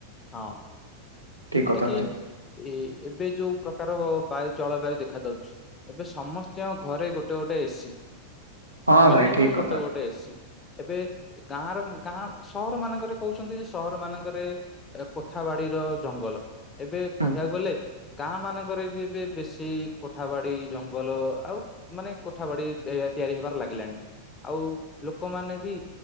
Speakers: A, on the left; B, on the right.
A: ହଁ
B: ଠିକ
A: ଯେମତି
B: କଥା
A: କିି?
B: ଭାଇ
A: ଏ ଏବେ ଯୋଉ ପ୍ରକାର ବାୟୁ ଜଳବାୟୁ ଦେଖାଯାଉଚି ଏବେ ସମସ୍ତଙ୍କ ଘରେ ଗୋ ଗୋଟେ ଗୋଟେ ଏସି
B: ହଁ
A: ମିନିମମ୍
B: ଭାଇ ଠିକ କଥା
A: ଗୋଟେ ଗୋଟେ ଏସିି। ଏବେ ଗାଁର ଗାଁ ସହର ମାନଙ୍କରେ କୋହୁଛନ୍ତି ଯେ ସହର ମାନଙ୍କରେ ଏ କୋଠାବାଡିର ଜଙ୍ଗଲ ଏବେ
B: ହୁଁ
A: କହିବାକୁ ଗଲେ ଗାଁ ମାନଙ୍କରେ ବି ଏବେ ବେଶୀ କୋଠାବାଡି ଜଙ୍ଗଲ ଆଉ ମାନେ କୋଠାବାଡି ଏତେ ହେ ତିଆରି ହେବାର ଲାଗିଲାଣି। ଆଉ ଲୋକମାନେ ବି